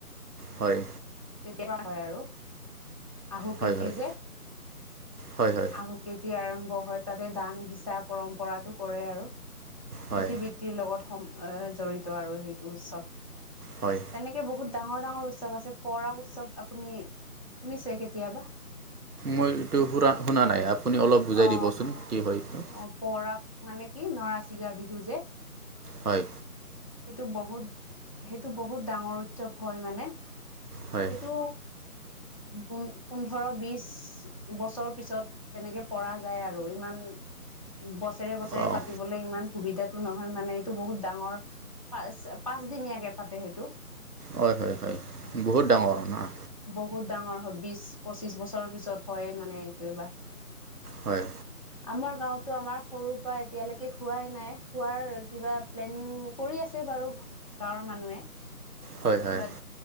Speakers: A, on the right (about 75°); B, on the left (about 20°).
A: হয়।
B: <unintelligible> হয় আৰু আহু খেতি
A: হয় হয়
B: যে
A: হয় হয়
B: আহু যেতিয়া আৰম্ভ হয় তাতে দান সিঁচা পৰম্পৰাটো কৰে আৰু
A: হয়
B: কৃষিবি তীৰ লগত সম অ জড়িত আৰু সেইটো উৎসৱ।
A: হয়।
B: এনেকে বহুত ডাঙৰ ডাঙৰ উৎসৱ আছে, পৰাগ উৎসৱ আপুনি শুনিছে কেতিয়াবা?
A: মই এইটো সুৰা শুনা নাই আপুনি অলপ বুজাই
B: অ
A: দিবচোন কি হয় এইটো?
B: অ পৰা মানে কি নৰা চিঙা বিহু যে।
A: হয়।
B: সেইটো বহুত, সেইটো বহুত ডাঙৰ উৎসৱ হয় মানে।
A: হয়
B: সেইটো পো-পোন্ধৰ বিশ দুবছৰ পিছত তেনেকে পৰা যায় আৰু ইমান বছৰে বছৰে
A: অঁ
B: পাতি বলে ইমান সুবিধাটো নহয় মানে এইটো বহুত ডাঙৰ পাঁচ পাঁচ দিনীয়াকে পাতে সেইটো।
A: হয়, হয়, হয়, বহুত ডাঙৰ ন'।
B: বহুত ডাঙৰ হয়, বিশ পঁচিশ বছৰৰ পিছত হয় মানে এইটো এবাৰ।
A: হয়।
B: আমাৰ গাঁওতো আমাৰ সৰুৰ পৰা এতিয়ালৈকে খোৱাই নাই খোৱাৰ কিবা প্লেনিং কৰি আছে বাৰু, গাঁৱৰ মানুহে।
A: হয় হয়
B: বাত